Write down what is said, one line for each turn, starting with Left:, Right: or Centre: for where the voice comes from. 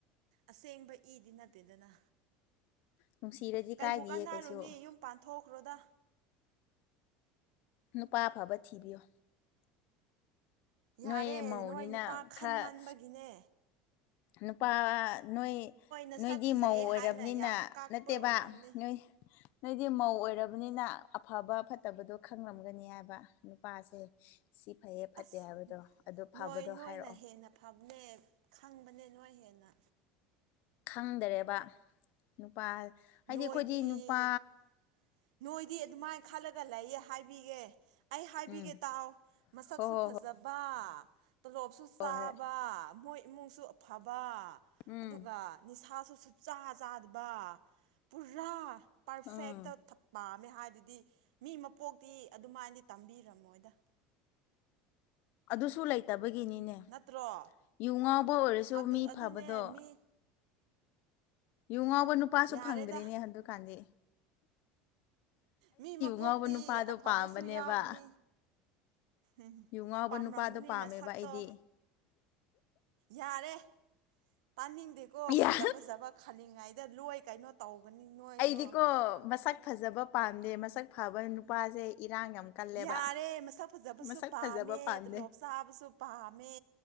Right: ꯑꯁꯦꯡꯕ ꯏꯗꯤ ꯅꯠꯇꯦꯗꯅ
Left: ꯅꯨꯡꯁꯤꯔꯗꯤ ꯀꯥꯏꯗꯤꯌꯦ
Right: ꯀꯩꯕꯨ ꯀꯥꯟꯅꯔꯨꯅꯤ
Left: ꯀꯩꯁꯨ
Right: ꯌꯨꯝ ꯄꯥꯟꯊꯣꯛꯈ꯭ꯔꯣꯗ
Left: ꯅꯨꯄꯥ ꯑꯐꯕ ꯊꯤꯕꯤꯌꯣ
Right: ꯌꯥꯔꯦ
Left: ꯅꯣꯏ ꯃꯧꯅꯤꯅ
Right: ꯅꯣꯏ ꯅꯨꯄꯥ ꯈꯟꯃꯟꯕꯒꯤꯅꯦ
Left: ꯈꯔ ꯅꯨꯄꯥ ꯅꯣꯏ
Right: ꯅꯁꯛ
Left: ꯅꯣꯏꯗꯤ
Right: ꯐꯖꯩꯌꯦ
Left: ꯃꯧ ꯑꯣꯏꯔꯕꯅꯤꯅ
Right: ꯍꯥꯏꯅ ꯌꯥꯝ ꯀꯥꯛꯄ
Left: ꯅꯠꯇꯦꯕ
Right: ꯑꯣꯏꯔꯝꯅꯤ
Left: ꯅꯣꯏ ꯅꯣꯏꯗꯤ ꯃꯧ ꯑꯣꯏꯔꯕꯅꯤꯅ ꯑꯐꯕ ꯐꯠꯇꯕꯗꯣ ꯈꯪꯂꯝꯒꯅꯤ ꯍꯥꯏꯕ ꯅꯨꯄꯥꯁꯦ ꯁꯤ ꯐꯩꯌꯦ ꯐꯠꯇꯦ
Right: ꯑꯁ
Left: ꯍꯥꯏꯕꯗꯣ ꯑꯗꯨꯗꯣ ꯐꯕꯗꯣ
Right: ꯅꯣꯏ ꯅꯣꯏꯅ
Left: ꯍꯥꯏꯔꯛꯑꯣ
Right: ꯍꯦꯟꯅ ꯐꯕꯅꯦ ꯈꯪꯕꯅꯦ ꯅꯣꯏ ꯍꯦꯟꯅ
Left: ꯈꯪꯗꯥꯔꯦꯕ ꯅꯨꯄꯥ ꯍꯥꯏꯗꯤ
Right: ꯅꯣꯏꯗꯤ
Left: ꯈꯣꯏꯗꯤ ꯅꯨꯄꯥ
Right: ꯅꯣꯏꯗꯤ ꯑꯗꯨꯃꯥꯏꯅ ꯈꯜꯂꯒ ꯂꯩꯌꯦ ꯍꯥꯏꯕꯤꯒꯦ ꯑꯩ ꯍꯥꯏꯕꯤꯒꯦ
Left: ꯎꯝ
Right: ꯇꯥꯎ ꯃꯁꯛꯁꯨ
Left: ꯍꯣ
Right: ꯐꯖ ꯐꯖꯕ
Left: ꯍꯣ
Right: ꯇꯣꯂꯣꯞꯁꯨ ꯆꯥꯕ
Left: ꯍꯣꯏ ꯍꯣꯏ ꯍꯣꯏ
Right: ꯃꯣꯏ ꯏꯃꯨꯡꯁꯨ ꯑꯐꯕ
Left: ꯎꯝ
Right: ꯑꯗꯨꯒ ꯅꯤꯁꯥꯁꯨ ꯁꯨꯡꯆꯥꯥ ꯆꯥꯗꯕ ꯄꯨꯔꯥ ꯄꯔꯐꯦꯛꯇ
Left: ꯎꯝ
Right: ꯄꯥꯝꯃꯦ ꯍꯥꯏꯗꯨꯗꯤ ꯃꯤ ꯃꯄꯣꯛꯇꯤ ꯑꯗꯨꯃꯥꯏꯅꯗꯤ ꯇꯝꯕꯤꯔꯝꯃꯣꯏꯗ
Left: ꯑꯗꯨꯁꯨ ꯂꯩꯇꯕꯒꯤꯅꯤꯅꯦ
Right: ꯅꯠꯇ꯭ꯔꯣ
Left: ꯌꯨ ꯉꯥꯎꯕ ꯑꯣꯏꯔꯁꯨ
Right: ꯑꯗꯨ
Left: ꯃꯤ
Right: ꯑꯗꯨꯅꯦ
Left: ꯐꯕꯗꯣ
Right: ꯃꯤ
Left: ꯌꯨ ꯉꯥꯎꯕ ꯅꯨꯄꯥꯁꯨ
Right: ꯌꯥꯔꯦꯗ
Left: ꯐꯪꯗ꯭ꯔꯤꯅꯦ ꯑꯗꯨꯀꯥꯟꯗꯤ
Right: ꯃꯤ ꯃꯄꯣꯛꯇꯤ
Left: ꯉꯥꯎꯕ ꯅꯨꯄꯥꯗꯣ
Right: ꯑꯐꯕꯁꯨ
Left: ꯄꯥꯝꯕꯅꯦꯕ
Right: ꯌꯥꯎꯒꯅꯤ ꯎꯝ
Left: ꯌꯨ ꯉꯥꯎꯕ
Right: ꯄꯥꯝꯂꯝꯒꯅꯤꯅ
Left: ꯅꯨꯄꯥꯗꯣ ꯄꯥꯝꯃꯦꯕ
Right: ꯁꯛꯇꯣ
Left: ꯑꯩꯗꯤ
Right: ꯌꯥꯔꯦ ꯇꯥꯅꯤꯡꯗꯦꯀꯣ
Left: ꯌꯥ
Right: ꯐꯖꯥ- ꯐꯖꯕ ꯈꯜꯂꯤꯉꯩꯗ ꯂꯣꯏ ꯀꯩꯅꯣ ꯇꯧꯕꯅꯤ ꯅꯣꯏꯗꯣ
Left: ꯑꯩꯗꯤꯀꯣ ꯃꯁꯛ ꯐꯖꯕ ꯄꯥꯝꯗꯦ ꯃꯁꯛ ꯐꯕ ꯅꯨꯄꯥꯁꯦ ꯏꯔꯥꯡ ꯌꯥꯝ ꯀꯜꯂꯦꯕ
Right: ꯌꯥꯔꯦ ꯃꯁꯛ ꯐꯖꯕꯁꯨ
Left: ꯃꯁꯛ
Right: ꯄꯥꯝꯃꯦ
Left: ꯐꯖꯕ ꯄꯥꯝꯗꯦ
Right: ꯇꯂꯣꯞ ꯆꯥꯕꯁꯨ ꯄꯥꯝꯃꯦ